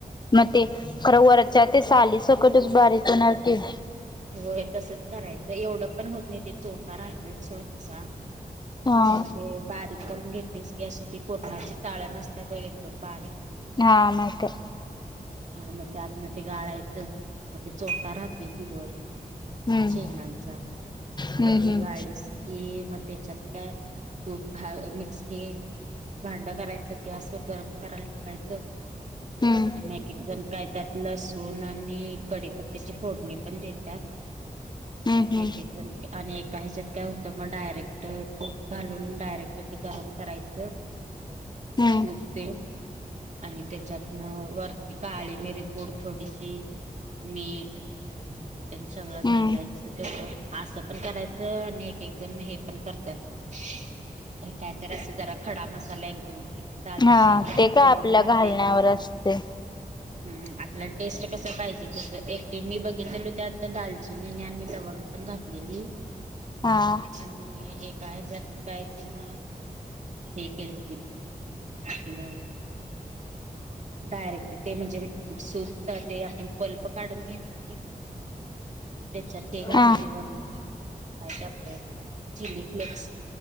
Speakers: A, on the left; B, on the right.
A: मग ते खरं वरच्या ते साली सकटच बारीक होणार की.
B: होय तसंच करायचं एवढं पण होत नाही ते चोथा राहतोयच थोड तसा.
A: हा.
B: मग ते बारीक करून घेतलीस की अशी ती पुरणाची चाळण असतीया बघ ग एकदम बारीक
A: हा माहितये.
B: अ, मग त्यातन ते गाळायचं मग ते चोथा राहतूय <unintelligible>
A: हम्म
B: शेंगांचा
A: हम्म
B: मग
A: हम्म
B: ते गाळलीस की मग त्याच्यात काय तूप घा मिक्स हे भांड करायच गॅसवर गरम करायला ठेवायचं.
A: हम्म
B: अन मग एकेकजण काय त्यात लसूण आणि कडीपत्तेची फोडणी ण देतात
A: हम्म
B: आणि
A: हम्म.
B: एकेक जण <unintelligible> याच्यात काय होतं मग डायरेक्ट तूप घालून डायरेक्ट ते गरम करायचं..
A: हम्म.
B: सूप ते आणि त्याच्यातन काळी मेरी पूड थोडीशी मीठ सगळं घालायचं
A: हम्म
B: तेवढं त्यांनी असं पण करायचं आणि एक एक जण हे पण करतात कायत अस जरा खडा मसाला एक दोन दालचिनी
A: हा
B: आणि
A: ते काय
B: लवंग
A: आपल्या
B: घातलेली
A: घालण्यावर असते.
B: ह आपला टेस्ट कस पाहिजे तस एकट मी बघितलेलो त्या आता दालचिनी आणि लवंग घातलेली
A: हा
B: आणि एक काय जात काय तिन हे केल आपलं डायरेक्ट ते म्हणजे सूप ते आपण बल्प काढून घेले त्याच्यात हे घाातलेले
A: हा
B: वर्ण काय ते आपल्या चिली फ्लेक्स